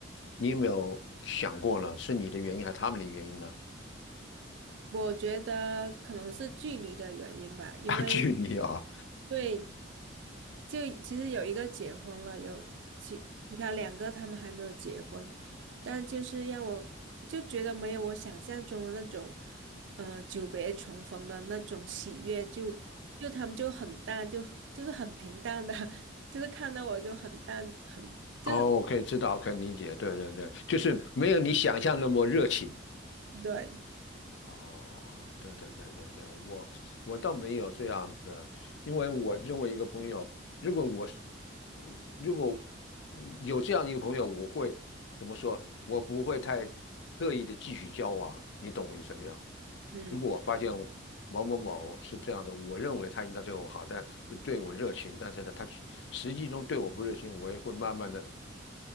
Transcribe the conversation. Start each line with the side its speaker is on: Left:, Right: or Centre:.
Left: 你有没有想过呢？是你的原因还是他们的原因呢？
Right: 我觉得可能是距离的原因吧，
Left: <laughs>
Right: 因为
Left: 啊，距离啊，
Right: 对，就其实有一个结婚了，有其其他两个他们还没有结婚，但就是让我就觉得没有我想象中的那种，呃，久别重逢的那种喜悦，就就他们就很淡，就很就是很平淡的，<laughs> 就是看到我就很淡，很就是
Left: 哦，可以知道，可以理解，对对对，就是没有你想象那么热情。
Right: 对，
Left: 哦，对对对对对，我我倒没有这样子的，因为我认为一个朋友，如果我是，嗯如果嗯有这样一个朋友，我会怎么说？我不会太刻意的继续交往，你懂我意思没有？
Right: 嗯。
Left: 如果我发现某某某是这样的，我认为他应该对我好，但对我热情，但是呢，他实际中对我不热情，我也会慢慢的。